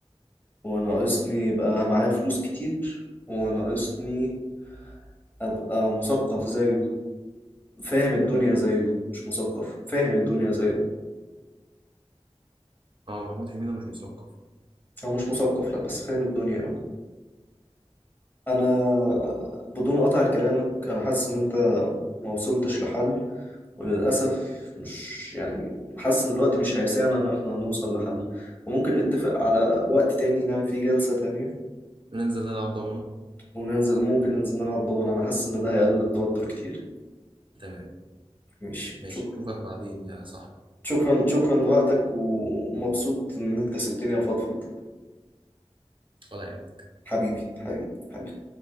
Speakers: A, on the left (about 20°); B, on the right (about 50°).
A: وناقصني يبقى معايا فلوس كتير وناقصني ابقى مثقف زيه فاهم الدنيا زيه مش مثقف فاهم الدنيا زيه
B: اه محمود حميده مش مثقف
A: هو مش مثقف لا بس فاهم الدنيا انا بدون قطع كلامك انا حاسس ان انت ما وصلتش لحل وللاسف مش يعني حاسس ان الوقت مش هيسعنا ان احنا نوصل لحل وممكن نتفق على وقت تاني نعمل فيه جلسة تانية
B: ننزل نلعب ضمنه
A: وننزل ممكن ننزل نلعب دومنا انا حاسس ان ده هيقلل التوتر كتير
B: تمام
A: ماشي
B: ماشي
A: شكرا
B: اشوفك بعدين يا صاحبي
A: شكرا شكرا لوقتك ومبسوط ان انت سبتني افضفض
B: ولا يهمك
A: حبيبي حبيبي حبيبي